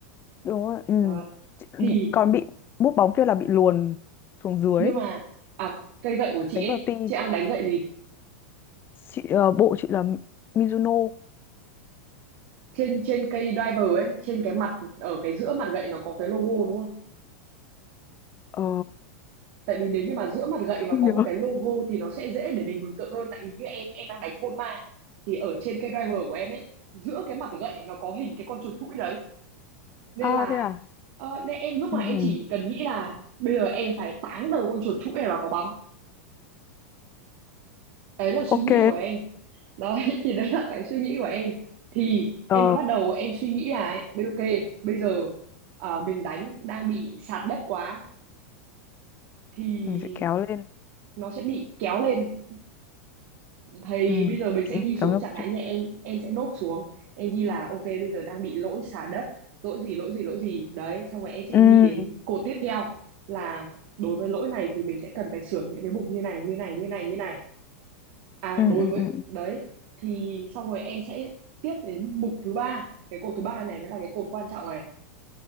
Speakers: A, on the left; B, on the right.
A: đúng rồi ừ
B: Đó.
A: Chị-
B: thì
A: Còn bị búp bóng kia là bị luồn xuống dưới,
B: nhưng mà à cây gậy của chị
A: đánh
B: ấy
A: vào ti.
B: chị đang đánh gậy gì
A: Chị ờ, bộ chị là Mizuno.
B: trên trên cây driver ấy trên cái mặt ở cái giữa mặt gậy nó có cái logo đúng không
A: Ờ
B: tại vì nếu như mà giữa mặt gậy
A: không
B: mà có
A: nhớ.
B: một cái logo thì nó sẽ dễ để mình mường tượng hơn tại vì như em em đang đánh hôn ma thì ở trên cây driver của em ấy giữa cái mặt gậy nó có hình cái con chuột thủi đấy nên
A: À
B: là
A: thế à.
B: ờ, nên em lúc
A: ừ
B: mà em
A: ừ
B: chỉ cần nghĩ là bây giờ em phải táng đầu con chuột thủi này vào quả bóng đấy là suy
A: Ok.
B: nghĩ của em đấy <laughs> thì đấy là cái suy nghĩ của em thì
A: Ờ
B: em mới bắt đầu em suy nghĩ là ấy, bây- ok bây giờ ờ, mình đánh đang bị sạt đất quá thì
A: mình sẽ kéo lên.
B: nó sẽ bị kéo lên thì
A: ừ
B: bây giờ mình sẽ ghi
A: Kéo
B: xuống
A: ngâm
B: chẳng hạn
A: chứ.
B: như em em sẽ nốt xuống em ghi là ok bây giờ đang bị lỗi sạt đất lỗi gì lỗi gì lỗi gì đấy xong rồi em sẽ
A: Ừ.
B: ghi đến cột tiếp theo là đối với lỗi này thì mình sẽ cần phải sửa những cái mục như này như này như này như này À
A: ừ
B: đối
A: ừ
B: với
A: ừ.
B: đấy thì xong rồi em sẽ tiếp đến mục thứ ba. Cái cột thứ ba này mới là cái cột quan trọng này.